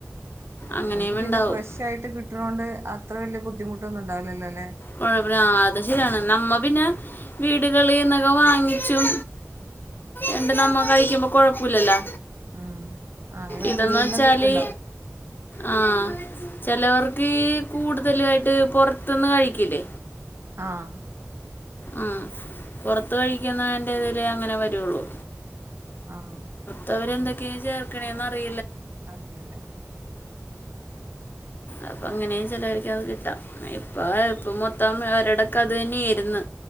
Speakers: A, on the left; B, on the right.
A: അങ്ങനെയും
B: നങ്ങക്ക്
A: ഉണ്ടാവും
B: പിന്നെ ഫ്രഷ ആയിട്ട് കിട്ടണൊണ്ട് അത്ര വല്യ ബുദ്ധിമുട്ടൊന്നും ഉണ്ടാവില്ലല്ലോ അല്ലെ
A: കൊഴപ്പില്ല അത് ശരിയാണ്. നമ്മ പിന്നെ വീടുകളിന്നൊക്കെ വാങ്ങിച്ചും എണ്ട് നമ്മ കഴിക്കുമ്പോ കൊഴപ്പില്ലല്ലോ
B: ഉം ആഹ് ഇങ്ങളെ
A: ഇതന്ന്
B: വീടുകളിൽന്ന്
A: വെച്ചാല്
B: കിട്ടുണ്ടാവും
A: ആഹ് ചിലവർക്ക് ക്ക് കൂടുതലും ആയിട്ട് പുറത്തന്ന് കഴിക്കലേ
B: ആഹ്
A: ആ പുറത്ത് കഴിക്കുന്നതിന്റെതിലേ അങ്ങനെ വരുവുള്ളു.
B: ആാാ
A: ഇപ്പോ അവരെന്തൊക്കെയാണ് ചേർക്കണേന്നറി
B: അറിയില്ല.
A: അപ്പൊ അങ്ങനെയും ചിലര്ക്ക്‌ അത് കിട്ടാം. ഇപ്പ ഇപ്പ മൊത്തം ഒര്ടത്ത് അത് തന്നെയായിരുന്നു